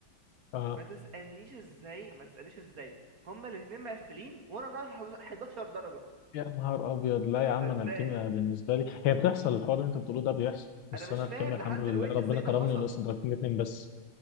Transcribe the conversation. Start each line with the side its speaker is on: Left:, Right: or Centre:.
Left: آه
Right: ما تسألنيش ازاي ما تسألنيش ازاي هما الاتنين مقفلين وانا ناقص 11 درجة
Left: يا نهار ابيض لا يا عم
Right: صدقني
Left: انا الكيمياء بالنسبه لي هي بتحصل الحوار اللي انت بتقوله ده بيحصل بس
Right: انا مش
Left: انا الكيمياء
Right: فاهم لحد
Left: الحمد لله
Right: دلوقتي
Left: ربنا
Right: ازاي ده
Left: كرمني
Right: حصل
Left: ونقصت درجتين اتنين بس